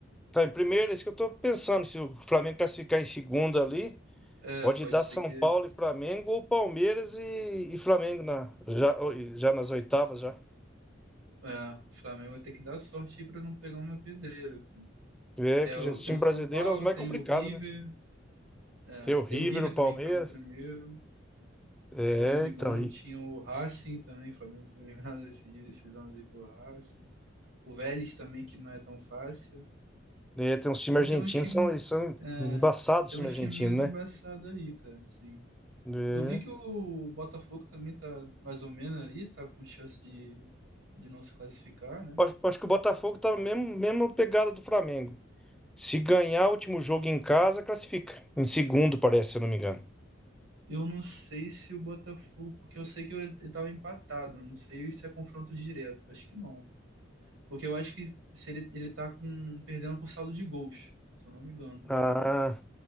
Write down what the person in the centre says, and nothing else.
tá em primeiro, é isso que eu tô pensando, se o Flamengo classificar em segundo ali.
Pode
dar
São
Paulo e Flamengo ou Palmeiras e, e Flamengo na, já, já nas oitavas já.
É
que
já, o time
brasileiro
é os mais
complicados,
né?
Tem o River,
o Palmeiras.
É,
então.
E,
é, tem uns times
argentinos,
são, eles são
embaçados
os times
argentinos,
né?
É.
Acho, acho que o Botafogo tá na mesma, mesma pegada do Flamengo. Se ganhar o último jogo
em casa, classifica. Em segundo, parece, se eu não me engano.
Ah.